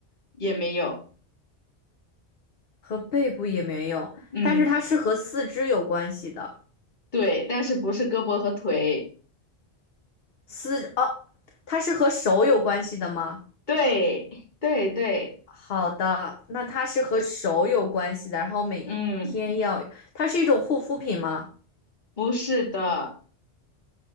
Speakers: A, on the left; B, on the left.
A: 也没有。
B: 和背部也没有，
A: 嗯，
B: 但是它是和四肢有关系的。
A: 对，但是不是胳膊和腿？
B: 四，哦，它是和手有关系的吗？
A: 对，对对，
B: 好的，那它是和手有关系的，然后每天要，
A: 嗯，
B: 它是一种护肤品吗？
A: 不是的，